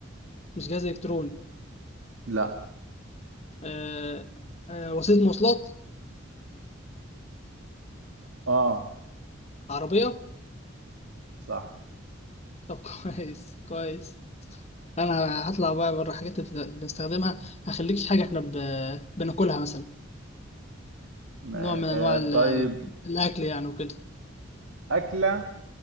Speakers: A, on the left (about 35°); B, on the right (about 80°).
A: مش جهاز الكتروني
B: لا
A: آه آه وسيلة مواصلات
B: آه
A: عربية
B: صح
A: طب <laughs> كويس كويس انا هطلع بقى بره حاجات بت- بنستخدمها هخليك في حاجة احنا ب... بناكلها مثلا
B: ما
A: نوع من
B: آه
A: انواع ال...
B: طيب
A: الاكل يعني وكده
B: أكلة